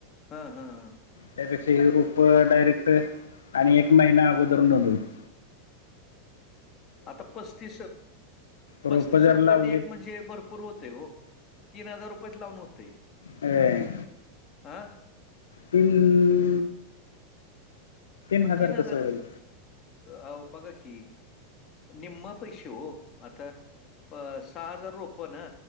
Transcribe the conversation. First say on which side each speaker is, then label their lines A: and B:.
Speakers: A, on the left; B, on the left.
A: हं, हं.
B: त्यापेक्षा हे रूप डायरेक्ट. आणि एक महिना अगोद उदरनगर <unintelligible>
A: आता पस्तीस
B: रोप
A: पस्तीस
B: जर
A: रुपये
B: लावलीत
A: ते एक म्हणजे भरपूर होतेय हो. तीन हजार रुपयात लावून होतेय.
B: ये.
A: आं.
B: पील
A: हो
B: हजार
A: तीन हजारच
B: कसं होईल
A: की. अओ बघा कि. निम्म पैसे हो. आता प सहा हजार रोप ना.